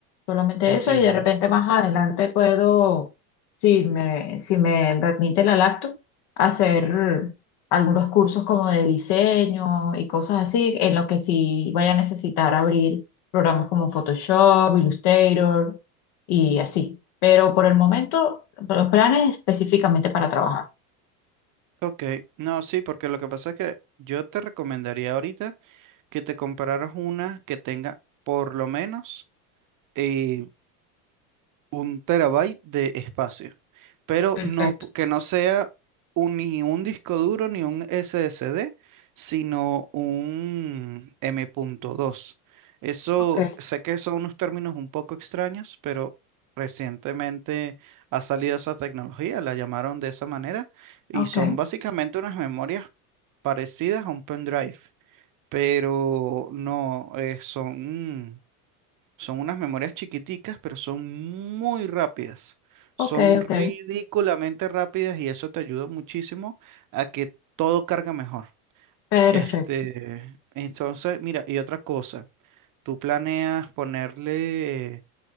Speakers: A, on the left (about 60°); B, on the right (about 40°).
A: Solamente
B: Entiendo.
A: eso y de repente más adelante puedo, si me, si me permite la lacto, hacer algunos cursos como de diseño y cosas así, en lo que sí vaya a necesitar abrir programas como Photoshop, Illustrator y así. Pero por el momento, los planes específicamente para trabajar.
B: Ok, no, sí, porque lo que pasa es que yo te recomendaría ahorita que te compraras una que tenga por lo menos eh, un terabyte de espacio, pero
A: Perfecto.
B: no p- que no sea un- ni un disco duro ni un SSD, sino un M.2. Eso
A: Ok.
B: sé que son unos términos un poco extraños, pero recientemente ha salido esa tecnología, la llamaron de esa manera, y
A: Ok,
B: son básicamente unas memorias parecidas a un pendrive, pero no eh, son. Son unas memorias chiquiticas, pero son muy rápidas. Son
A: ok, ok.
B: ridículamente rápidas y eso te ayuda muchísimo a que todo carga mejor.
A: Perfecto.
B: Este, entonces, mira, y otra cosa, tú planeas ponerle